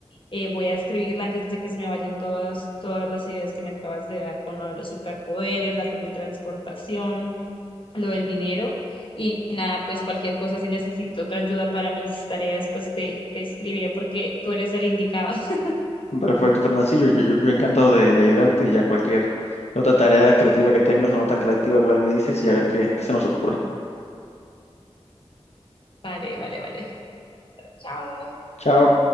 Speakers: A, on the left; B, on the left.
A: Eh, voy a escribirla antes de que se me vayan todas, todas las ideas que me acabas de dar con lo de los superpoderes, la teletransportación, lo del dinero y nada, pues cualquier cosa, si necesito otra ayuda para mis tareas, pues te, te escribiré porque tú eres el indicado. <laughs>
B: <laughs> Perfecto, Fernando. Sí, yo, yo, yo- yo encantado de, de ayudarte y ya cualquier otra tarea creativa que tengas o no tan creativa, igual me dices y a ver qué qué se nos ocurre.
A: Vale, vale, vale. Chao.
B: Chao.